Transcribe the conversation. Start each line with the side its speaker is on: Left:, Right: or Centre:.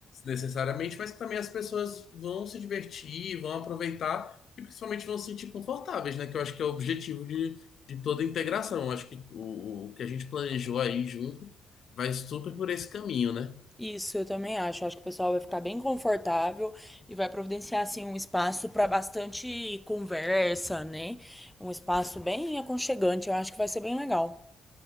Left: necessariamente, mas que também as pessoas vão se divertir, vão aproveitar e principalmente vão se sentir confortáveis, né? Que eu acho que é o objetivo de, de toda a integração. Eu acho que o, o que a gente planejou aí junto Vai super por esse caminho, né?
Centre: Isso, eu também acho. Acho que o pessoal vai ficar bem confortável e vai providenciar assim um espaço para bastante conversa, né? Um espaço bem aconchegante. Eu acho que vai ser bem legal.